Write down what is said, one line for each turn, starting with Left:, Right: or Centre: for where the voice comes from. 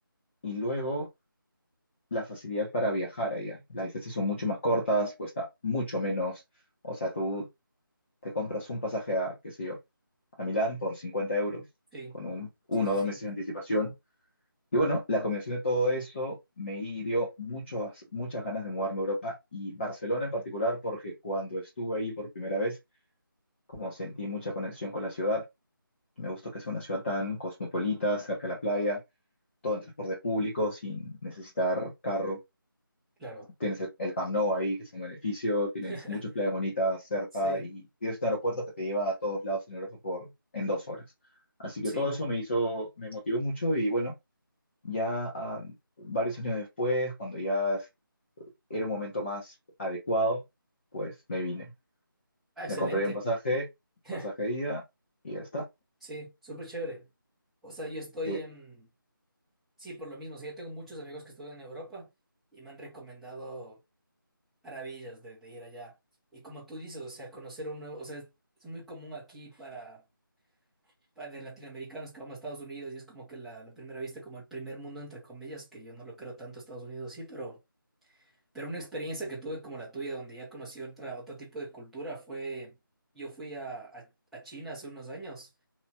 Left: Y luego la facilidad para viajar allá. Las distancias son mucho más cortas, cuesta mucho menos. O sea, tú te compras un pasaje a, qué sé yo, a Milán por 50 euros,
Centre: Sí,
Left: con un, uno
Centre: sí, sí,
Left: o dos
Centre: sí,
Left: meses de anticipación, y bueno, la combinación de todo eso me dio muchas muchas ganas de mudarme a Europa y Barcelona en particular, porque cuando estuve ahí por primera vez, como sentí mucha conexión con la ciudad, me gustó que sea una ciudad tan cosmopolita, cerca de la playa, todo en transporte público, sin necesitar carro.
Centre: claro.
Left: Tienes el, el Camp Nou ahí, que es un beneficio, tienes
Centre: <laughs>
Left: muchas playas bonitas cerca
Centre: Sí,
Left: y tienes un aeropuerto que te lleva a todos lados en Europa por, en dos horas. Así que
Centre: sí,
Left: todo eso me hizo, me motivó mucho y bueno, ya ah, varios años después, cuando ya era un momento más adecuado, pues me vine.
Centre: Ah, excelente.
Left: Me compré un pasaje,
Centre: <laughs>
Left: pasaje de ida y ya está.
Centre: Sí, súper chévere. O sea, yo estoy
Left: Eh,
Centre: en, Sí, por lo mismo, o sea, yo tengo muchos amigos que estudian en Europa y me han recomendado maravillas de, de ir allá. Y como tú dices, o sea, conocer un nuevo, o sea, es muy común aquí para, para de latinoamericanos que vamos a Estados Unidos y es como que la, la primera vista, como el primer mundo, entre comillas, que yo no lo creo tanto Estados Unidos, sí, pero, pero una experiencia que tuve como la tuya, donde ya conocí otra, otro tipo de cultura, fue, yo fui a, a, a China hace unos años